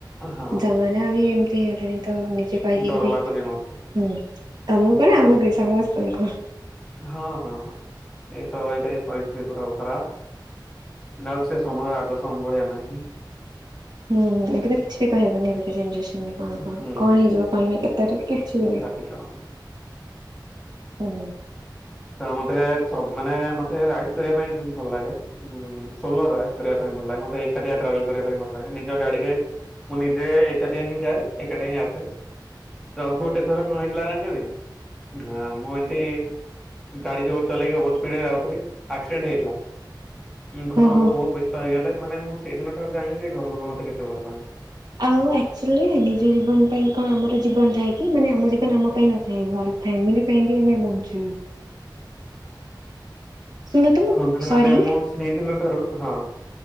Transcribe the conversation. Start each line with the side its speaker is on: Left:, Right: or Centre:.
Centre: ହଁ
Right: ଜମାନା ବି ଏମିତି ହେଇଗଲାଣି ତ ନିଜ ପାଇଁ କିଏ
Centre: ଡର
Right: ବି।
Centre: ଲାଗୁଛି ମତେ
Right: ହୁଁ ତମକୁ କଣ ଆମକୁ ବି ସମସ୍ତଙ୍କୁ।
Centre: ହଁ ହଁ ହଁ ଏଇ ତ ଏଇ ଟାଇପ ର ପରିସ୍ଥିତି ପୁରା ଖରାପ। ନା ଆଉ ସେ ସମୟ ଆଗ ସମୟ ଭଳିଆ ନାହିଁ।
Right: ହୁଁ ହୁଁ ଏବେ ତ କିଛି ବି କହିବନି ଏବେ କା ଜେନେରେସନ୍ ରେ କଣ କଣ
Centre: ହୁଁ
Right: କଣ ହେଇଯିବ କଣ ନାଇଁ ଏଟାତ କିଛି ବି
Centre: କିଛି ଜଣା ନାହିଁ।
Right: ହୁଁ।
Centre: ତ ମତେ ସବୁ ମାନେ ମତେ ରାଇଡ କରିବା ପାଇଁ ଭଲ ଲାଗେ ଉଁ। ସୋଲୋ ରାଇଡ କରିବା ପାଇଁ ଭଲ ଲାଗେ ମତେ ଏକାଟିଆ ଟ୍ରାଭେଲ କରିବା ପାଇଁ ଭଲ ଲାଗେ ନିଜ ଗାଡିରେ। ମୁଁ ନିଜେ ଏକାଟିଆ ହିଁ ଯାଏ ଏକାଟିଆ ହିଁ ଆସେ। ତ ଗୋଟେ ଥର କଁ ହେଇଥିଲା ଆ ମୁଁ ଏମତି। ଗାଡି ଜୋର ଚଲେଇକି ଓଭର ସ୍ପିଡରେ ଯାଉଥିଲି ଆକ୍ସିଡେଣ୍ଟ ହେଇଥିଲା ଉଁ ଘର
Right: ଓହୋ।
Centre: ଲୋକ ବହୁତ ବେସ ବେସ୍ତ ହେଇଗଲେ ମାନେ ମୁଁ ସେଇଦିନ ଠାରୁ ଜାଣିଲି ଯେ ଘର ଲୋକ ମତେ କେତେ ଭଲ ପାଆନ୍ତି।
Right: ଆଉ ଆକ୍ଚୁଆଲି ନିଜ ଜୀବନ ପାଇଁ କଣ ଆମର ଜୀବନ ଥାଏ କି ମାନେ ଆମ ଜୀବନ ଆମ ପାଇଁ ନଥାଏ ଘର ଫ୍ୟାମିଲି ପାଇଁ ବି ଆମେ ବଞ୍ଚୁ। ଶୁଣ ତ ମୁଁ
Centre: ହଁ ପରା
Right: ସରି
Centre: ମାନେ ମୁଁ ସେଇଦିନ ଠାରୁ ହଁ।